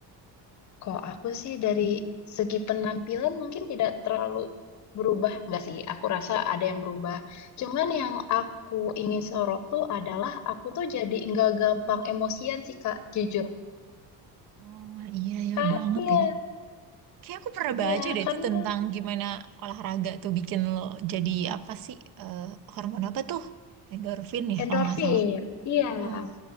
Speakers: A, on the left; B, on the right.
A: Kalau aku sih dari segi penampilan mungkin tidak terlalu berubah, nggak sih? Aku rasa ada yang berubah. Cuman yang aku ingin sorot tuh adalah aku tuh jadi nggak gampang emosian sih Kak, jujur.
B: Oh iya ya
A: Kak,
B: banget
A: iya,
B: ya. Kayak aku pernah baca
A: iya,
B: deh
A: karena
B: itu tentang gimana olahraga tuh bikin lo jadi apa sih eh, hormon apa tuh endorfin ya
A: endorfin,
B: kalau nggak salah.
A: iya,
B: Oh,